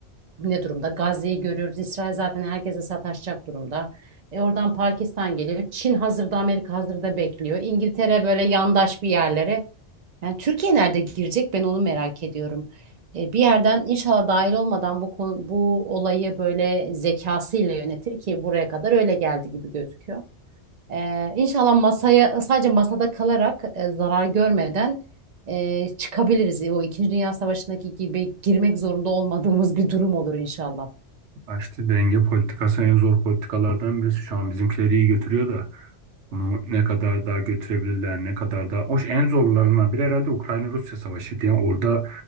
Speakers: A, on the right; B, on the right.
A: ne durumda? Gazze'yi görüyoruz. İsrail zaten herkese sataşacak durumda. E oradan Pakistan geliyor. Çin hazırda, Amerika hazırda bekliyor. İngiltere böyle yandaş bir yerlere. Yani Türkiye nerede girecek? Ben onu merak ediyorum. E, bir yerden inşallah dahil olmadan bu konu, bu olayı böyle zekasıyla yönetir ki buraya kadar öyle geldi gibi gözüküyor. Ee, inşallah masaya sadece masada kalarak e, zarar görmeden e, çıkabiliriz. O İkinci Dünya Savaşı'ndaki gibi girmek zorunda olmadığımız bir durum olur inşallah.
B: Ha İşte denge politikası en zor politikalardan birisi. Şu an bizimkileri iyi götürüyor da bunu ne kadar daha götürebilirler, ne kadar daha... Hoş en zorlarından biri herhalde Ukrayna-Rusya savaşıydı. Yani orada